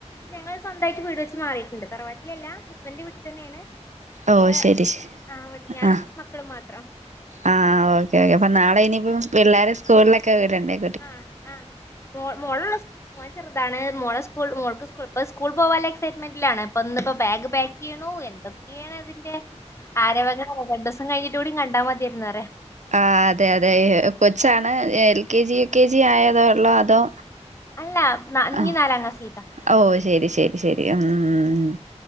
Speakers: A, on the left (about 25°); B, on the right (about 85°).
A: ഞങ്ങള് സ്വന്തായിട്ട് വീട് വെച്ച് മാറിട്ടുണ്ട് തറവാട്ടിലല്ല ഹസ്ബൻഡിന്റെ വീട്ട് തന്നെണ്.
B: ഓ
A: ക്ഷേ
B: ശരി ശരി
A: ആഹ് ഞാനും
B: ആഹ്
A: മക്കളും മാത്രം.
B: ആഹ് ഓക്കെ ഓക്കേ അപ്പ നാളെ ഇനിയിപ്പം പിള്ളേരെ സ്കൂള്ലക്കെ വ്ടണ്ടേ?
A: ആഹ് ആഹ് മോ മോളള്ളൂ സ് മോൻ ചെർതാണ് മോളെ സ്കൂൾ മോൾക്ക് സ്കൂൾ ഇപ്പ സ്കൂൾ പോവാള്ള എക്സ്പെരിമെന്റിലാണ് പ്പം. ഇന്ന്പ്പം ബാഗ് പാക്ക് യ്യ്ണൂ എന്തൊ ക്കേണ് അതിന്റെ ആരവങ്ങൾ രണ്ടോസം കഴിഞ്ഞിട്ട് കൂടി കണ്ടാൽ മതിയായിരുന്നറിയ.
B: ആഹ് അതെ അതെ കൊച്ചാണ് L K G U K G ആയതോ ഒള്ളോ അതോ?
A: അല്ല നാ ഞ്ഞി
B: ആഹ്
A: നാലാം ക്ലാസ്സിൽ ക്കാ.
B: ഓ ശരി ശരി ശരി ഉം ഉം ഉം